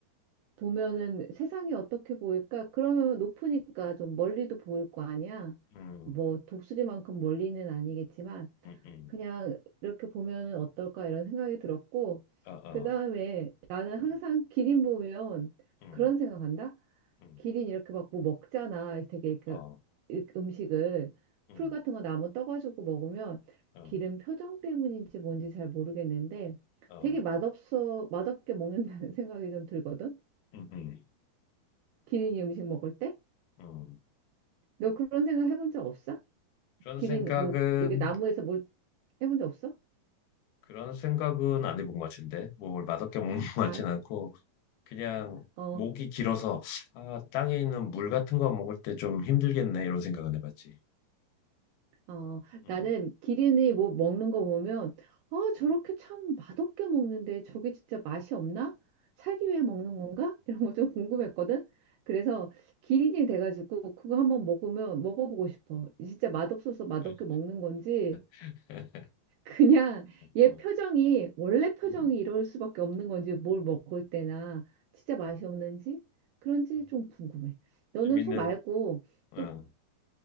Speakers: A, on the right; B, on the left.
A: 보면은 세상이 어떻게 보일까? 그러면 높으니까 좀 멀리도 보일 거 아니야?
B: 음,
A: 뭐 독수리만큼 멀리는 아니겠지만
B: 음, 음,
A: 그냥 이렇게 보면은 어떨까 이런 생각이 들었고
B: 어, 어,
A: 그다음에 나는
B: 음,
A: 항상 기린 보면
B: 음,
A: 그런 생각한다.
B: 음,
A: 기린 이렇게 막 뭐 먹잖아. 되게 그
B: 어,
A: 이- 음식을
B: 음,
A: 풀 같은 거 나무 떠가지고 먹으면
B: 어,
A: 기린 표정 때문인지 뭔지 잘 모르겠는데
B: 어.
A: 되게 맛없어 맛없게 먹는다는 <laughs> 생각이 좀 들거든.
B: 음, 음.
A: 기린이 음식 먹을 때?
B: 음,
A: 너 그런 생각 해본 적 없어?
B: 그런
A: 기린
B: 생각은
A: 뭐 이게 나무에서 뭘 해본 적 없어?
B: 그런 생각은 안 해본 것 같은데 뭐, 뭘 맛없게 먹는 <laughs>
A: 아,
B: 것 같진 않고 그냥
A: 어,
B: 목이 길어서 아, 땅에 있는 물 같은 거 먹을 때 좀 힘들겠네 이런 생각은 해봤지.
A: 어,
B: 음,
A: 나는 기린이 뭐 먹는 거 보면 아, 저렇게
B: 음,
A: 참 맛없게 먹는데 저게 진짜 맛이 없나? 살기 위해 먹는 건가? 이런 거 좀 궁금했거든. 그래서 기린이 돼가지고 그거 한번 먹으면 먹어보고 싶어. 진짜 맛없어서 맛없게
B: 음.
A: 먹는 건지
B: <laughs>
A: 그냥 얘
B: 음,
A: 표정이 원래 표정이
B: 음, 음,
A: 이럴 수밖에 없는 건지 뭘 먹을 때나 진짜 맛이 없는지 그런지
B: 음.
A: 좀 궁금해. 너는
B: 재밌는
A: 소 말고
B: 어,
A: 또,